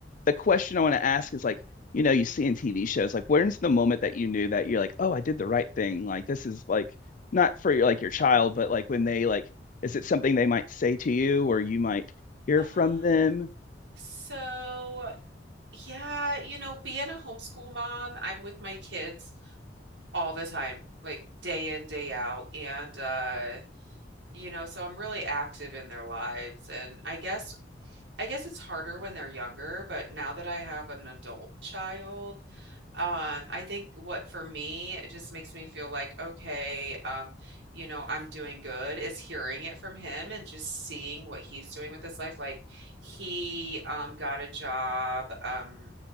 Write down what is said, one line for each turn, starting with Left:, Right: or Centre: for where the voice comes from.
Left: the question I want to ask is like, you know, you see in TV shows, like when's the moment that you knew that you're like, oh, I did the right thing? Like this is like not for your like your child, but like when they like, is it something they might say to you or you might hear
Right: Um,
Left: from them?
Right: so yeah, you know, being a homeschool mom, I'm with my kids all the time, like day in, day out. And uh, you know, so I'm really active in their lives. And I guess I guess it's harder when they're younger, but now that I have an adult child, um, I think what for me it just makes me feel like, okay, um, you know, I'm doing good is hearing it from him and just seeing what he's doing with his life. Like he um got a job um